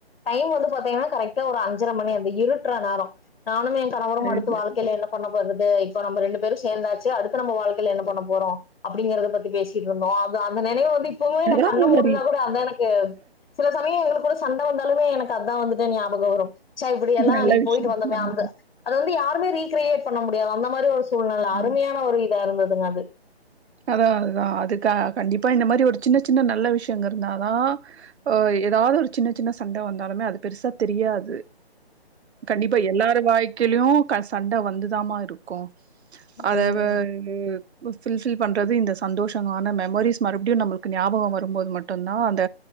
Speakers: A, on the left; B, on the right.
A: பயங்க வந்து பாத்தீங்கனா கரெக்டா ஒரு அஞ்சர மண் நேரோ அந்த இருட்ற நேரோ நானு என் கணவரும் அடுத்து
B: இது
A: வாழ்க்கையில என்ன பண்ண போறது இப்ப நம்ம ரெண்டு பேரும் சேந்தாச்சு அடுத்து நம்ம வாழ்க்கையில என்ன பண்ண போறோ அப்டிங்கறத பத்தி பேசிட்ருந்தோ அது அந்த நினைவு வந்து இப்பவு இல்ல
B: அதான் அந்த மாரி
A: அது எனக்கு சில சமயோ எங்ளுக்கூட சண்ட வந்தாலுமே எனக்கு அத்தா வந்த்ட்டு ஞாபகோ வரும் ச்சா இப்டி எல்லா
B: நல்ல
A: அன்னிக்கு
B: விஷயம்
A: போய்ட்டு வந்தோமே
B: ஆமா
A: அந்த அது வந்து யாருமே ரீக்கிரியேட் பண்ண முடியாது அந்த மாரி ஒரு சூழ்நில
B: ஆமா
A: அருமையான ஒரு இதா இருந்துதுங்க அது
B: அதா அதுதா அதுக்க கண்டிப்பா இந்த மாரி ஒரு சின்ன சின்ன நல்ல விஷயங்க இருந்தா தா ஒ ஏதாவ்து ஒரு சின்ன சின்ன சண்ட வந்தாலுமே அது பெருசா தெரியாது கண்டிப்பா எல்லாரு வாழ்க்கிலயு சண்ட வந்துதாமா இருக் க்கும் அதவே
A: ம்
B: விஃவ்வில்ஸ் ஃபீல் பண்றது இந்த சந்தோஷமான மெமரிஸ் மறுபடியும் நம்மளுக்கு ஞாபகோ வரும்போது மட்டுதா அந்த